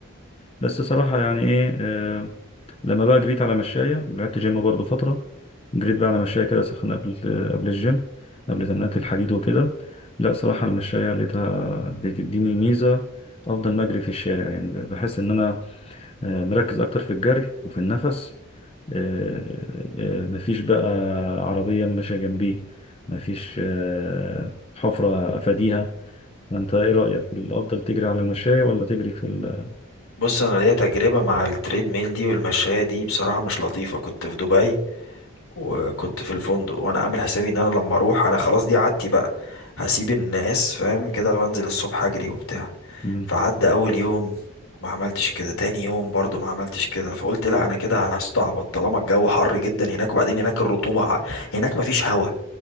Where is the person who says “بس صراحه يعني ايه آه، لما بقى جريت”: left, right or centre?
Left